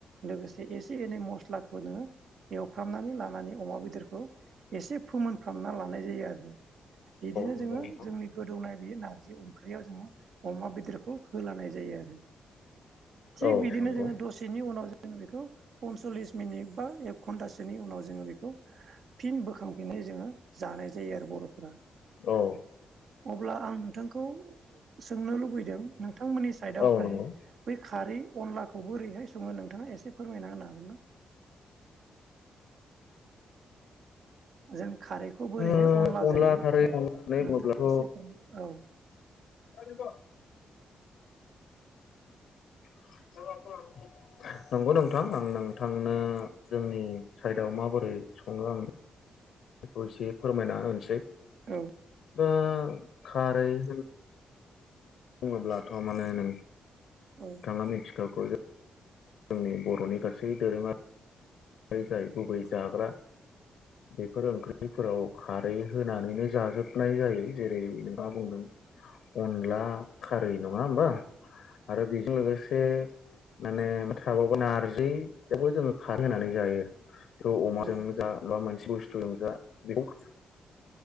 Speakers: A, on the right; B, on the left.
A: लोगोसे एसे एनै मस्लाखौ नोङो एवफ्रामनानै लानानै अमा बेदरखौ एसे फोमोनफ्रामना लानाय जायो आरो बिदिनो
B: नंगौ
A: जोङो
B: नोंथां
A: जोंनि गोदौनाय बेयो नारजि ओंख्रियाव जोङो अमा बेदरखौ होलानाय जायो आरो थिग
B: औ
A: बिदिनो
B: नंगौ
A: जोङो दसेनि उनाव जों बेखौ पनस्लिस मिनिट बा एक घन्टासोनि उनाव जोङो बेखौ फिन बोखांफिननाय जोङो जानाय जायो आरो बर'फोरा
B: औ
A: अब्ला आं नोंथांखौ सोंनो लुबैदों नोंथांमोननि साइदआवहाय
B: औ नंगौ
A: बै खारै अनलाखौ बोरैहाय सङो नोंथाङा एसे फोरमायना होनो हागोन ना जों खारैखौ बोरैहाय
B: ओ
A: अनला जायो
B: खारै
A: नोंथाङा
B: संनो होननानै बुङोब्लाथ'
A: एसे फोर औ
B: <unintelligible> <inaudible> नंगौ नोंथां आं नोंथांनो जोंनि साइदआव मा माबोरै संओ आं बेखौ एसे फोरमायना होनोसै
A: औ
B: दा खारै <inaudible> बुङोब्लाथ' माने नों
A: औ
B: थांङा मोनथिखागौ जोंनि बर'नि गासै दोरोङा जै जाय गुबै जाग्रा बेफोर ओंख्रिफोराव खारै होनानैनो जाजोबनाय जायो जेरै नोंथाङा बुंदों अनला खारै नङा होमबा आरो बेजों लोगोसे माने थाबावोन नारजिखौबो जोङो खारै होनानै जायो बेखौ अमाजों
A: औ
B: जा बा मोनसे बुथुजों जा बेखौ